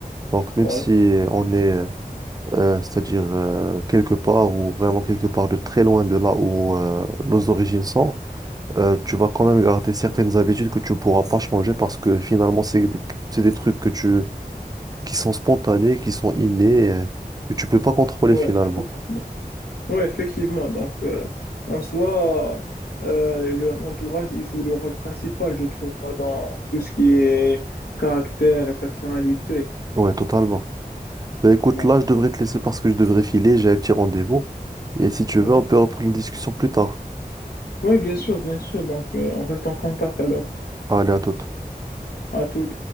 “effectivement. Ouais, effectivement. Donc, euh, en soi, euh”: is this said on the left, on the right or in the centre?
Left